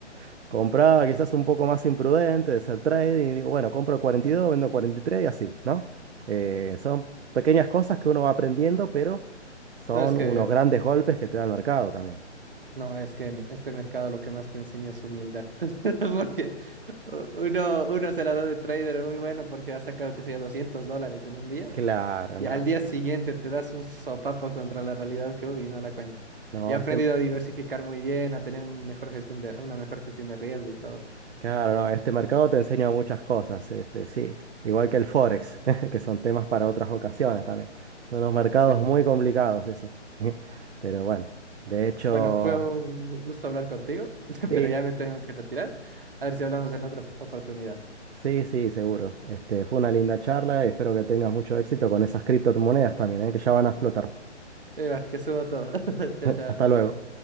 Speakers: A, on the right; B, on the right.
A: <laughs> compraba quizás un poco más imprudente de hacer trading y digo, bueno, compro 42, vendo 43 y tres y así, ¿no? Eh, son pequeñas cosas que uno va aprendiendo, pero son
B: No, es que
A: unos grandes golpes que te da el mercado también.
B: No, es que en este mercado lo que más te enseña es humildad. <laughs> Porque u- uno, uno se la da de trader muy bueno porque ha sacado, que sea 200 dólares en un día
A: Claro,
B: y
A: nada.
B: al día siguiente te das un sopapo contra la realidad que, uy, no la cuentas.
A: No,
B: Y he aprendido
A: este,
B: a diversificar muy bien, a tener un mejor gestión de, una mejor gestión de riesgo y todo.
A: Claro, no, este mercado te enseña muchas cosas, este, sí, igual que el Forex, <laughs> que son temas para otras ocasiones también. Son unos mercados
B: Sí.
A: muy complicados esos. <laughs> Pero bueno, de hecho,
B: Bueno, fue un gu- gusto hablar contigo, <laughs>
A: sí,
B: pero ya me tengo que retirar. A ver si hablamos en otra oportunidad.
A: sí, sí, seguro. Este, fue una linda charla y espero que tengas mucho éxito con esas criptomonedas también, ¿eh? que ya van a explotar.
B: Igual, que subo todo. <laughs> Chao,
A: <laughs>
B: chao.
A: Hasta luego.